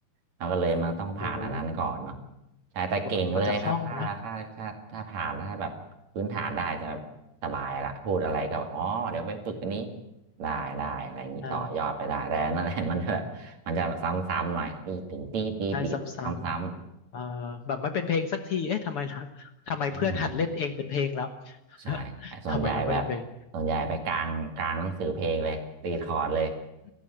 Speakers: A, on the right; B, on the left.
A: เราก็เลยมันต้องผ่านอันนั้นก่อนเนาะ
B: โอ้โห
A: ใช่แต่เก่งเลยครับถ้าถ้าถ้าถ้าผ่านถ้าแบบพื้นฐานได้จะแบบสบายละพูดอะไรก็แบบอ๋อเดี๋ยวไปฝึกอันนี้
B: กว่ากว่าจะคล่องนะอืม
A: ได้ได้อะไรอย่างนี้ต่อยอดไปได้แต่นั่นแหละ
B: ใช่
A: <laughs> มันแบบ มันจะแบบซ้ำๆหน่อยตีถึงตีตีตีซ้ำ
B: ใช่ซ้ำๆเอ่อแบบไม่เป็นเพลงสักทีเอ๊ะทำไมเราทำไมเพื่อนหัดเล่นเองเป็นเพลงแล้ว
A: ๆอ่าๆใช่
B: <laughs>
A: ส่วนใหญ่แบบส่วนใหญ่ไปกลางกลางหนังสือเพลงเลยตีคอร์ดเลย
B: ทำไมเราไม่เป็นเพลง อื